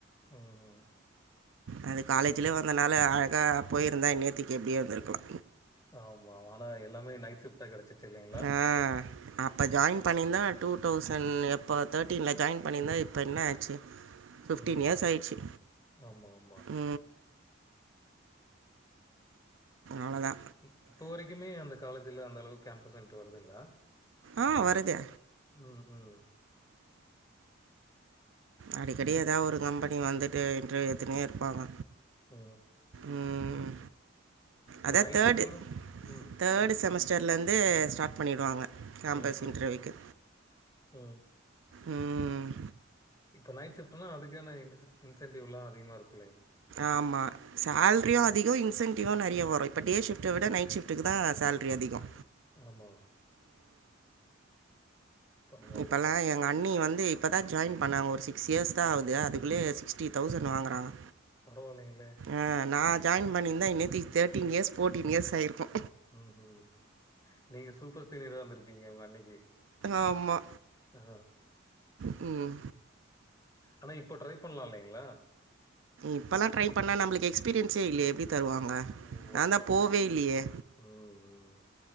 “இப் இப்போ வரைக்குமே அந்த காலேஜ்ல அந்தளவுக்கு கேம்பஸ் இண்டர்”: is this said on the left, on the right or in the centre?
Left